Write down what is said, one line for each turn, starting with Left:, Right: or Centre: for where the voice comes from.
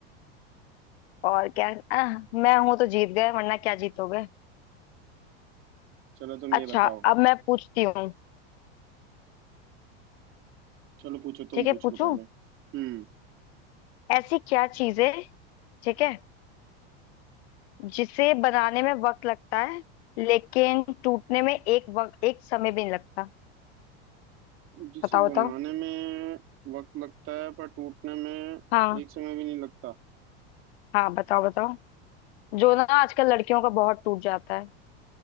Left: और क्या आह, मैं हूं तो जीत गए वरना क्या जीतोगे
Right: चलो तुम
Left: अच्छा
Right: ये बताओ
Left: अब मैं पूछती हूँ
Right: चलो पूछो तुम
Left: ठीक
Right: पूछ
Left: है पूछू
Right: लो पहले हम्म
Left: ऐसी क्या चीज है ठीक है जिसे बनाने में वक्त लगता है लेकिन टूटने में एक वक्त एक समय भी नहीं लगता
Right: जिसे
Left: बताओ
Right: बनाने
Left: बताओ
Right: में वक्त लगता है पर टूटने में
Left: हाँ
Right: एक समय भी नहीं लगता
Left: हाँ बताओ बताओ जो ना आजकल लड़कियों का बहुत टूट जाता है